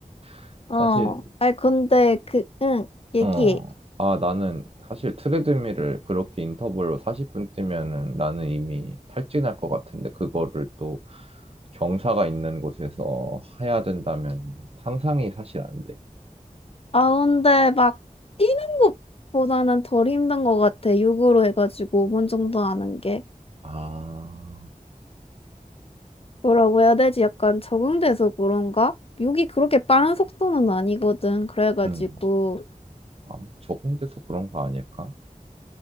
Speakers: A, on the right; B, on the left.
A: <laughs>
B: 어.
A: 사실
B: 아니, 근데 그, 응, 얘기해.
A: 어. 아, 나는 사실 트레드밀을 그렇게 인터벌로 40분 뛰면은 나는 이미 탈진할 것 같은데 그거를 또 경사가 있는 곳에서 해야 된다면 상상이 사실 안 돼.
B: 아, 근데 막 뛰는 것보다는 덜 힘든 것 같아. 육으로 해가지고 5분 정도 하는 게.
A: 아,
B: 뭐라고 해야 되지? 약간 적응돼서 그런가? 육이 그렇게 빠른 속도는 아니거든. 그래가지고.
A: 음. 아, 뭐 적응돼서 그런 거 아닐까?